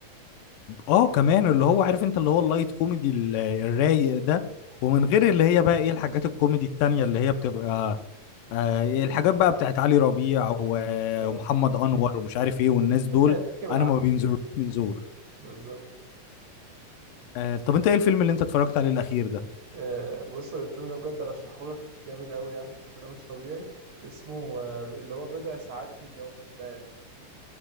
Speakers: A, on the left (about 80°); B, on the right (about 55°).
A: اه كمان اللي هو عارف انت اللي هو اللايت كوميدي ال- الرايق ده ومن غير اللي هي بقى ايه الحاجات الكوميدي التانية اللي هي بتبقى آه إيه الحاجات بقى بتاعت علي ربيع و-
B: اه
A: ومحمد انور ومش عارف ايه والناس
B: هتحس
A: دول
B: ان الضحك بالعافيه
A: انا ما بينزلوش من زور
B: بالظبط
A: آه طب انت ايه الفيلم اللي انت اتفرجت عليه الاخير ده
B: آه، بص الفيلم ده بجد ارشحه لك جامد قوي يعني الفيلم ده مش طبيعي اسمه آه، اللي هو بضع ساعات من يوم ما